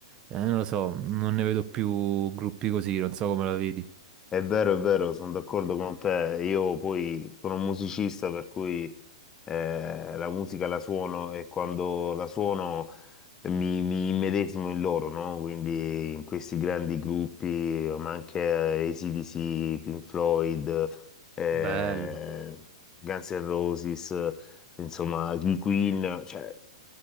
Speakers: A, on the right; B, on the left.
A: non lo so, non ne vedo più gruppi così, non so come la vedi.
B: È vero, è vero, sono d'accordo con te. Io poi sono un musicista, per cui eh, la musica la suono e quando la suono mi, mi immedesimo in loro, no? Quindi in questi grandi gruppi, ma anche AC/DC, Pink Floyd, eh,
A: Bello.
B: Guns N' Roses. insomma, King Queen, cioè,